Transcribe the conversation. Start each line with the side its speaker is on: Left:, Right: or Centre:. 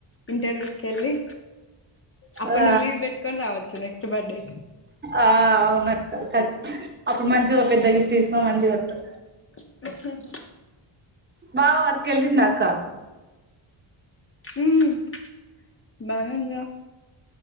Left: ఇంటర్వ్యూస్ కెళ్ళి అప్పుడు
Right: ఆ
Left: నువ్వు లీవ్ పెట్టుకొని రావచ్చు నెక్స్ట్ బర్త్డే
Right: ఆ అవునక్క అప్పుడు మంచిగా పెద్ద గిఫ్ట్ తీసుకోనీ మంచిగా వతా
Left: ఇప్పుడే పూజ చేశా
Right: బావ వర్క్ వెళ్ళిండు అక్క
Left: మ్మ్ బానే ఉందిగా